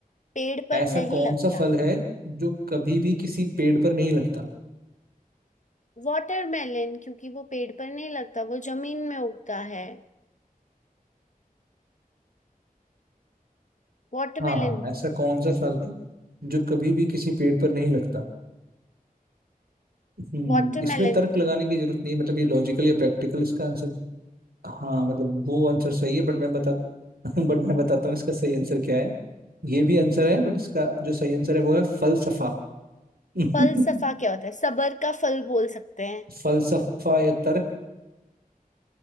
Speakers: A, on the left (about 55°); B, on the right (about 85°).
A: पेड़ पर
B: ऐसा
A: नहीं
B: कौन
A: लगता
B: सा फल है जो कभी भी किसी पेड़ पर नहीं लगता
A: वाटरमेलन क्योंकि वो पेड़ पर नहीं लगता वो जमीन में उगता है वाटरमेलन
B: हाँ ऐसा कौन सा फल है जो कभी भी किसी पेड़ पर नहीं लगता हम्म
A: वाटरमेलन
B: इसमें तर्क लगाने की जरूरत नहीं है मतलब ये लॉजिकल या प्रैक्टिकल इसका आंसर हाँ मतलब वो आंसर सही है बट मैं बता <laughs> बट मैं बताता हूँ इसका सही आंसर क्या है ये भी आंसर है बट इसका जो सही आंसर है वो है फलसफा <laughs>
A: फलसफा क्या होता है सबर का फल बोल सकते हैं
B: फलसफा या तर्क